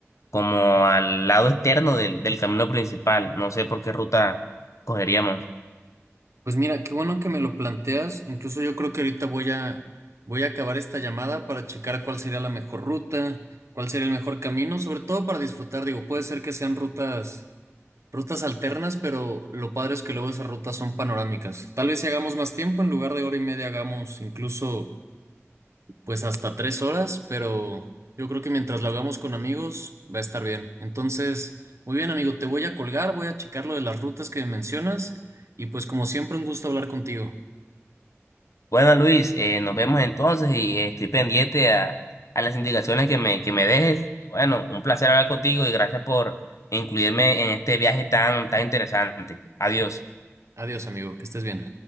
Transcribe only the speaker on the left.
como al lado externo del, del camino principal, no sé por qué ruta cogeríamos.
Bueno, Luis, eh, nos vemos entonces y eh, estoy pendiente a, a las indicaciones que me, que me dejes. Bueno, un placer hablar contigo y gracias por incluirme en este viaje tan, tan interesante. Adiós.